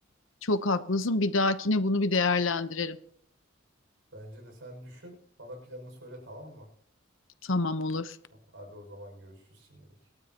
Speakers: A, on the left; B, on the right.
A: Çok haklısın. Bir dahakine bunu bir değerlendirelim.
B: Bence de sen düşün bana planını söyle tamam mı?
A: Tamam olur.
B: Hadi o zaman görüşürüz şimdilik.